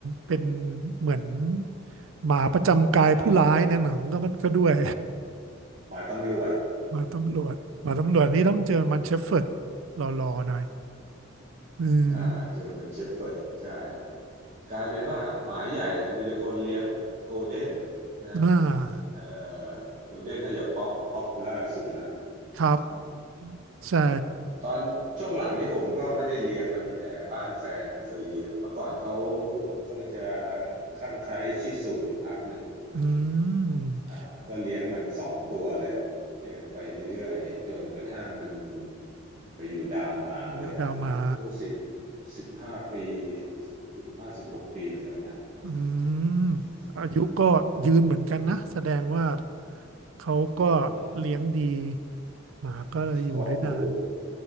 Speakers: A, on the right; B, on the right.
A: เป็นเหมือนหมาประจำกายผู้ร้ายในหนังก็มันก็ด้วย
B: หมาตำหมาตำรวจ
A: <laughs> หมาตำรวจหมาตำรวจนี่ต้องเจอมันเชฟเฟิร์ดรอๆหน่อยอืม
B: อ่าเจอมันเชฟเฟิร์ดใช่กลายเป็นว่าหมาใหญ่นะมีแต่คนเลี้ยงโกลเด้นนะ
A: อ่า
B: เอ่อโกลเด้นน่าจะป๊อปป๊อปปูล่าสุดแล้ว
A: ครับใช่
B: ตอนช่วงหลังนี่ผมก็ไม่ได้เลี้ยงแล้วมีแต่บ้านแฟนน่ะเคยเลี้ยงเมื่อก่อนเขาเขาจะคลั่งไคล้ชิสุอยู่พักหนึ่ง
A: อืม
B: อ่าก็เลี้ยงมันสองตัวเลยเลี้ยงไปเรื่อยๆจนกระทั่งมันไปอยู่ดาวหมาเลยอะเลี้ยงโอ้สิบ
A: อยู่ดาวหมา
B: สิบห้าปีสิบห้าสิบหกปีเหมือนกันนะ
A: อืม
B: อืม
A: อายุก็ยืนเหมือนกันนะแสดงว่าเขาก็
B: อืม
A: เลี้ยงดีหมาก็เลยอยู่ได้นาน
B: ก็โอ้โห